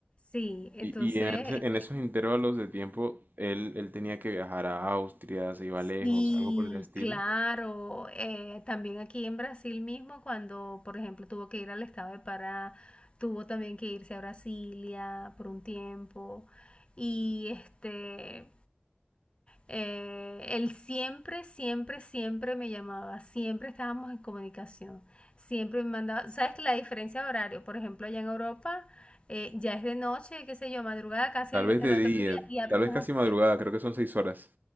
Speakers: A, on the left (about 25°); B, on the right (about 45°).
A: Sí, entonces
B: Y, y en, ese- en esos intervalos de tiempo, él, él tenía que viajar a Austria, se iba
A: Sí,
B: lejos, algo por el estilo.
A: claro. eh, también aquí en Brasil mismo, cuando, por ejemplo, tuvo que ir al estado de Pará, tuvo también que irse a Brasilia por un tiempo. Y este, eh, él siempre, siempre, siempre me llamaba, siempre estábamos en comunicación, siempre me mandaba, ¿sabes que la diferencia de horario? Por ejemplo, allá en Europa eh, ya es de noche, qué sé yo, madrugada casi
B: Tal
A: el,
B: vez
A: el
B: de día,
A: otro día y apenas
B: tal vez casi madrugada,
A: aquí.
B: creo que son seis horas.